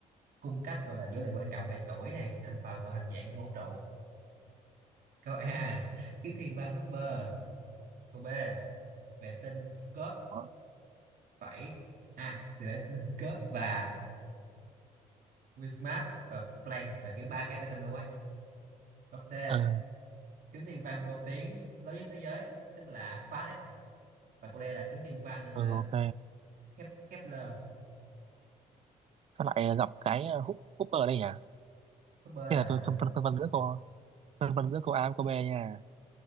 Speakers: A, on the right; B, on the right.
A: cung cấp gọi là dữ liệu quan trọng về tuổi này thành phần và hình dạng của vũ trụ câu A kính thiên văn Hubble câu B vệ tinh Scopes
B: Đó.
A: phẩy a, vệ tinh Scopes và Weather và Planck là kiểu ba cái vệ tinh luôn ấy câu C
B: ừ,
A: kiếm thiên văn vô tuyến lớn nhất thế giới tức là Pháp đấy và cô đây là kiếm thiên văn
B: ừ
A: ờ,
B: ok
A: Kep- Kepler
B: sao lại gặp cái hút hút ở đây nhỉ
A: Kepler
B: thế
A: là
B: là tôi phân phân, phân vân giữa cô phân vân giữa câu A với câu B nha